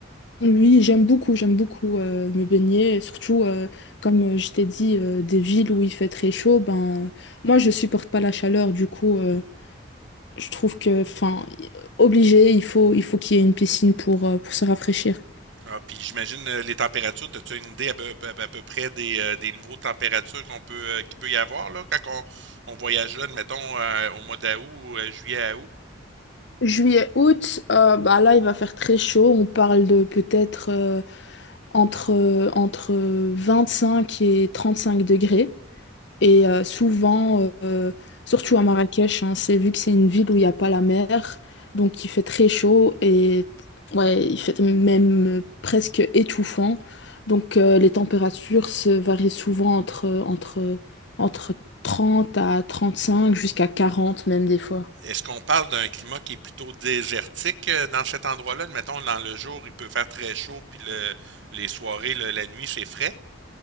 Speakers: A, on the left; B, on the right.
A: Oui, j'aime beaucoup, j'aime beaucoup euh, me baigner, et surtout euh, comme euh, je t'ai dit, euh, des villes où il fait très chaud, ben moi je supporte pas la chaleur, du coup euh, je trouve que enfin y- obligé, il faut il faut qu'il y ait une piscine pour, euh, pour se rafraîchir.
B: Ah, puis j'imagine euh, les températures, as-tu une idée à peu, à peu- à peu près des, euh, des niveaux de température qu'on peut, euh, qu'il peut y avoir là, quand on, on voyage là, admettons, euh, au mois d'août, ou, euh, juillet à août?
A: Juillet, août, euh, bah là il va faire très chaud, on parle de peut-être euh, entre, euh, entre cinq et 35 degrés. Et euh, souvent, euh, surtout à Marrakech, hein, c'est vu que c'est une ville où il n'y a pas la mer, donc il fait très chaud et ouais, il fait même euh, presque étouffant. Donc euh, les températures se varient souvent entre, entre, entre 30 à 35 jusqu'à 40 même des fois.
B: Est-ce qu'on parle d'un climat qui est plutôt désertique euh, dans cet endroit-là? Mettons, dans le jour, il peut faire très chaud, puis le- les soirées, le- la nuit, c'est frais.